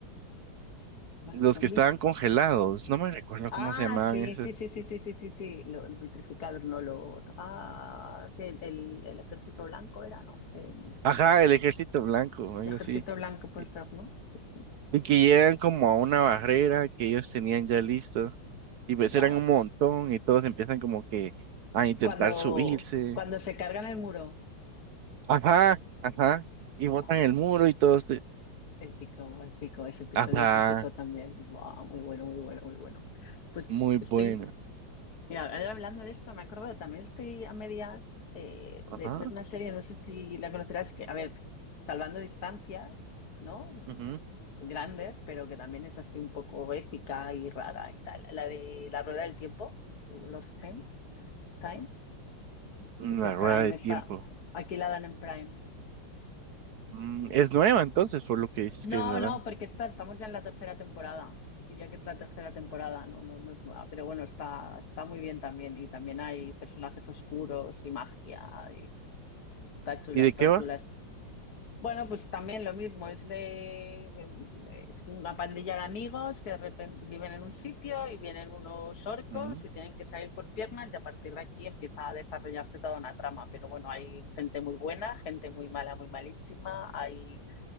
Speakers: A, on the left (about 55°); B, on the right (about 70°).
A: ¿Más
B: los
A: zombies?
B: que estaban congelados, no me recuerdo
A: Ah,
B: cómo se llamaban
A: sí,
B: esos.
A: sí, sí, sí, sí, sí, sí, sí. Lo, el vitrificador, no lo. Ah, sí, el, el- el ejército blanco era, ¿no? Eh,
B: Ajá, el Ejército Blanco, algo
A: el ejército
B: así.
A: blanco puede
B: Y
A: ser, ¿no? Sí, sí.
B: y que llegan como a una barrera que ellos tenían ya listo, y pues
A: Va.
B: eran un montón y todos empiezan como que a intentar
A: Cuando,
B: subirse.
A: cuando se cargan el muro.
B: Ajá, ajá y botan
A: Wow,
B: el muro y todo.
A: épico, épico. Ese episodio
B: Ajá,
A: es épico también. Wow, muy bueno, muy bueno, muy bueno. Pues
B: muy
A: estoy
B: buena.
A: Mira, ahora hablando de esto, me he acordado, también estoy a medias eh,
B: Ajá.
A: de ver una serie, no sé si la conocerás, que, a ver, salvando distancias, ¿no?
B: ujú.
A: Grandes, pero que también es así un poco épica y rara y tal. La de La Rueda del Tiempo, The Wheel of Time, Time,
B: Mm,
A: es de
B: La
A: Prime,
B: rueda de
A: está,
B: tiempo.
A: aquí la dan en Prime.
B: Mm, es nueva entonces, por lo que dices
A: No,
B: que la dan.
A: no, porque está, estamos ya en la tercera temporada. Diría que es la tercera temporada, no, no, no es nueva, pero bueno, está, está muy bien también. Y también hay personajes oscuros y magia Está chula,
B: ¿Y de
A: está
B: qué va?
A: chula. Bueno, pues también lo mismo, es de es una pandilla de amigos que de repente viven en un sitio y vienen unos orcos
B: Mm,
A: y tienen que salir por piernas y a partir de aquí empieza a desarrollarse toda una trama. Pero bueno, hay gente muy buena, gente muy mala, muy malísima, hay